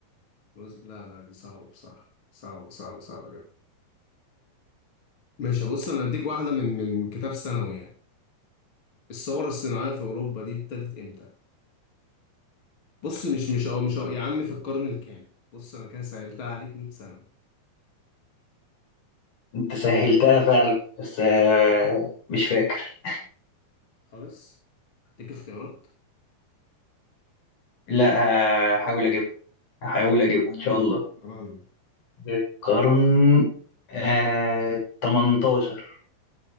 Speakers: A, on the left; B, on the left.
A: روز- لا لا دي صعبة بصراحة صعبة صعبة صعبة ماشي بص انا هديك واحده من من كتاب ثانوي يعني الثوره الصناعيه في اوروبا دي ابتدت امتى بص مش مش أو مش أو يا عم في القرن الكام بص انا كده سهلتها عليك 100 سنه
B: أنت سهلتها فعلا بس آه مش فاكر
A: خالص هديك اختيارات
B: لا هحاول أجيبها هحاول أجيبها إن شاء الله
A: تمام
B: القرن آه 18